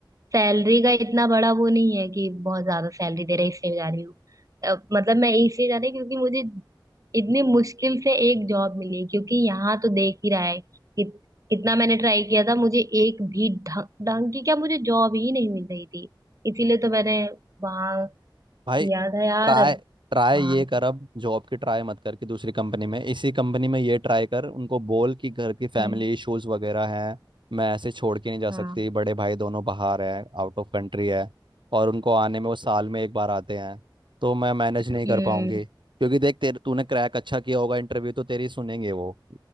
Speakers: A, on the right (about 45°); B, on the right (about 70°).
A: सैलरी का इतना बड़ा वो नहीं है कि बहुत ज्यादा सैलरी दे रहे इसलिए जा रही हूँ अ, मतलब मैं इसलिए जा रही हूँ क्योंकि मुझे इतनी मुश्किल से एक जॉब मिली क्योंकि यहाँ तो देख ही रहा है कि कितना मैंने ट्राई किया था मुझे एक भी ढंग ढंग की क्या मुझे जॉब ही नहीं मिल रही थी इसीलिए तो मैंने वहां
B: भाई
A: किया था यार
B: ट्राई
A: अब
B: ट्राई
A: बात
B: ये कर अब जॉब की ट्राई मत कर कि दूसरी कंपनी में इसी कंपनी में ये ट्राई कर उनको बोल कि घर की फैमिली
A: हम्म
B: इश्यूज वगैरह हैं मैं ऐसे छोड़ के नहीं जा
A: हाँ
B: सकती बड़े भाई दोनों बाहर हैं आउट ऑफ कंट्री है और उनको आने में वो साल में एक बार आते हैं तो मैं मैनेज नहीं कर
A: हम्म
B: पाऊंगी क्योंकि देख तेरे तूने क्रैक अच्छा किया होगा इंटरव्यू तो तेरी सुनेंगे वो